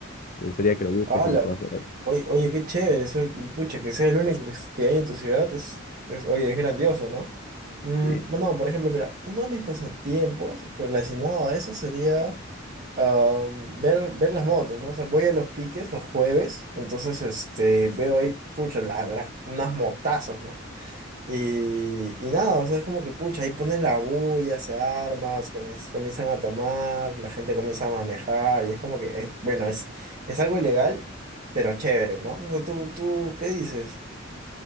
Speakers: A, on the left; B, on the right.
A: Me gustaría que lo busques
B: Ah,
A: y
B: la-
A: lo puedas ver ahí.
B: Oye, oye, qué chévere, eso- pucha, que sea el único que, es- que hay en tu ciudad, es, es- oye, es grandioso, ¿no? Mm,
A: sí.
B: no, por ejemplo, mira, uno de mis pasatiempos relacionado a eso sería am, ver, ver las motos, ¿no? O sea, voy a los piques los jueves, entonces este, veo ahí, pucha, la- la- unas motazas, ¿no? Y, y nada, o sea, es como que pucha, ahí ponen la bulla, se arma, se comien comienzan a tomar, la gente comienza a manejar, y es como que, es- bueno, es, es algo ilegal, pero chévere, ¿no? O sea, ¿tú, tú qué dices?